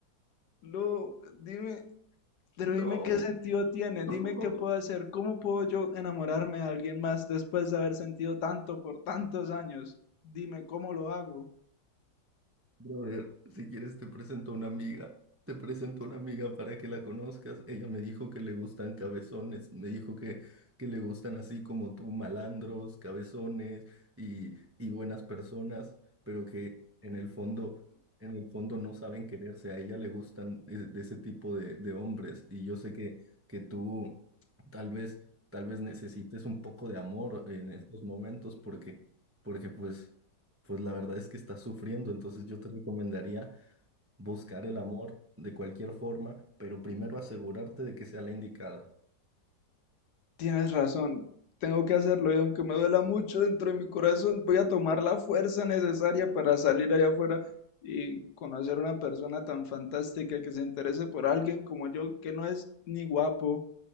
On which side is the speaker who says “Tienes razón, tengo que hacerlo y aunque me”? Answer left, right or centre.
Left